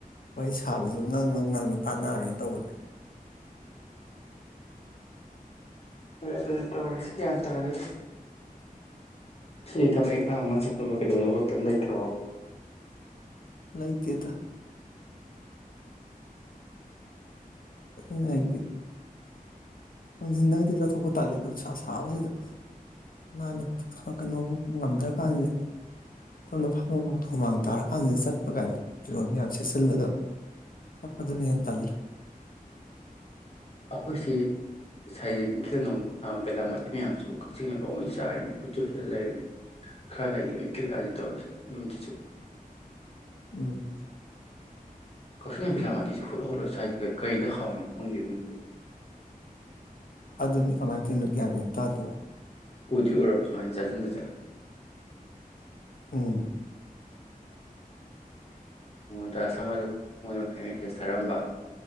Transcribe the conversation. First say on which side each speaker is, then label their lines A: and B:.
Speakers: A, on the left; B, on the left.
A: ꯋꯥꯔꯤꯍꯩ ꯁꯥꯕꯁꯨ ꯉꯪꯉ ꯉꯪ ꯇꯥꯟꯅꯔꯣꯏꯅ ꯇꯧꯕꯅꯦ
B: ꯍꯣꯏ ꯑꯗꯨꯅ ꯇꯧꯔꯤꯁꯤꯦ ꯒ꯭ꯌꯥꯟ ꯇꯥꯒ ꯁꯤꯗꯤ ꯊꯕꯛ ꯏꯪꯈꯥꯡ ꯑꯃ ꯆꯠꯅꯕ ꯀꯩꯗꯧꯅꯕꯛꯇ ꯂꯩꯇ꯭ꯔꯕꯣ
A: ꯂꯩꯣꯏꯇꯦꯇ ꯉꯥꯏ ꯅꯪꯁꯤꯟꯗꯒꯗꯤ ꯆꯠꯊꯣꯛꯄ ꯇꯥꯜꯂꯤ ꯑꯗꯨꯅꯅꯨꯡꯁꯥ ꯁꯥꯕꯁꯤꯗ ꯑꯅꯥꯅ ꯀꯩꯅꯣꯧꯕ ꯉꯝꯗ꯭ꯔꯀꯥꯟꯁꯤꯗ ꯑꯗꯨꯅ ꯐꯝꯉꯐꯥꯎꯗ ꯍꯨꯃꯥꯡ ꯇꯥꯔ ꯀꯥꯟꯁꯤꯗ ꯆꯠꯄ ꯀꯥꯏꯅ ꯐꯤꯔꯣꯜ ꯃꯌꯥꯝ ꯁꯦꯠꯆꯤꯜꯂꯒ ꯆꯠꯄꯗꯨꯅ ꯍꯦꯟꯅ ꯇꯜꯂꯦ
B: ꯑꯩꯈꯣꯏꯁꯤ ꯁꯩꯖꯦꯡꯒꯤ ꯀꯩꯅꯣꯝ ꯑꯝꯕꯕ ꯂꯝꯂꯝ ꯃꯗꯤ ꯃꯌꯥꯝ ꯑꯃꯁꯁꯤꯁꯨꯕꯨ ꯁꯤꯡꯅ ꯂꯣꯏ ꯆꯥꯔꯝꯃꯤ ꯈꯨꯠꯁꯨ ꯍꯨꯠ ꯂꯩꯔꯝꯃꯤ ꯈꯔ ꯂꯩ ꯂꯣꯏ ꯀꯤꯜꯂꯛꯑꯅꯤ ꯇꯧꯔꯤꯁ ꯌꯨꯝꯁꯤꯁꯨ
A: ꯎꯝ
B: ꯀꯛꯆꯤꯡꯒꯤ ꯕꯤꯂꯥꯃꯥꯇꯤꯁꯤꯦ ꯍꯨꯠꯂꯣ ꯍꯨꯠꯂ ꯆꯥꯏꯁꯤꯦ ꯀꯩꯗ ꯍꯥꯎꯔꯤꯦꯅꯣ ꯈꯪꯗꯦ ꯃꯣꯏꯕꯨꯣ
A: ꯑꯗꯨꯅꯤ ꯀꯃꯥꯏꯅ ꯊꯅꯣ ꯀꯌꯥꯦꯟ ꯇ ꯑꯗꯨꯣ
B: ꯎꯗꯤ ꯑꯣꯏꯔꯕ ꯁꯨꯃꯥꯏꯅ ꯆꯥꯁꯤꯟꯕꯁꯦ
A: ꯎꯝ
B: ꯗ ꯁꯃꯗ ꯃꯗ ꯃꯦꯁꯦꯖ ꯊꯥꯔꯝꯕ